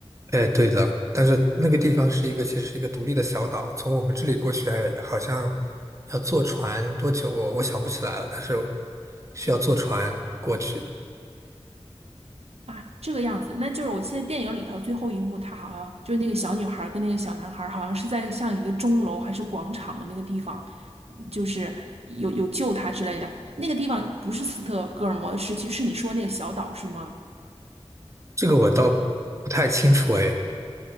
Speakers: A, on the right; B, on the right.
A: 哎，对的，但是那个地方是一个，其实是一个独立的小岛，从我们这里过去还好像要坐船多久我我想不起来了，但是需要坐船过去，
B: 啊，这个样子，那就是我记得电影里头最后一幕，他好像就是那个小女孩儿跟那个小男孩儿好像是在像一个钟楼还是广场的那个地方，就是有有救他之类的。那个地方不是斯德哥尔摩市区，是你说那个小岛是吗？
A: 这个我倒不太清楚哎。